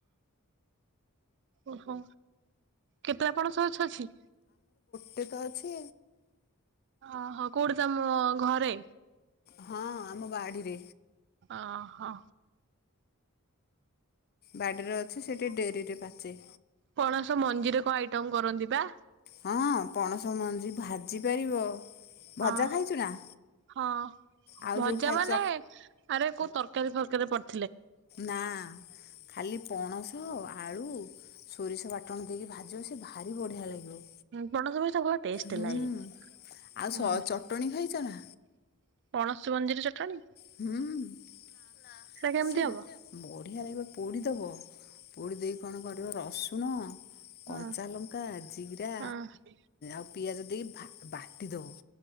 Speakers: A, on the right; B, on the left.
A: ଓହୋ କେତେ ଆପଣ ଶୋଉଛଛି
B: ତେତ ଅଛି
A: ଓହୋ କୋଉଠି ତମ ଘରେ
B: ହଁ ଆମ ବାଡିରେ
A: ଅହୋ।
B: ବାଡ଼ିରେ ଅଛି ସେଠି ଡେରିରେ ପାଚେ।
A: ପଣସ ମଞ୍ଜିରେ କଣ ଆଇଟମ କରନ୍ତି ବା।
B: ହଁ ପଣସ ମଞ୍ଜି ଭାଜି ପାରିବ
A: ହଁ।
B: ଭଜା ଖାଇଛୁ ନା।
A: ହଁ
B: ଆଉ
A: ଭଜା
B: ଯୋଉ ଖାଇ
A: ମାନେ
B: ଚ
A: ଆରେ କୋଉ ତରକାରୀ ଫରକାରୀ ପଡି
B: ନା ଖାଲି ପଣସ ଆଳୁ ସୋରିଷ ବାଟଣ ଦେଇକି ଭାଜ ସେ ଭାରି ବଢ଼ିଆ ଲାଗିବ।
A: ପଣସ ଟେଷ୍ଟ
B: ହୁଁ
A: ହେ
B: ଆଉ ସ
A: ଲାଗେଁ।
B: ଚଟଣି ଖାଇଛ ନା?
A: ପଣସୀ ମଞ୍ଜିର ଚଟାଣୀ।
B: ହୁଁ ସେ
A: କେମିତି ହବ?
B: ବଢିଆ ଲାଗିବ ପୋଡ଼ିଦବ ପୋଡି ଦେଇକି କଣ କରିବ ରସୁଣ
A: ହଁ
B: କଞ୍ଚା ଲଙ୍କା ଜିରା
A: ହଁ
B: ଆଉ ପିଆଜ ଦେଇକି ବାଟି ଦେବ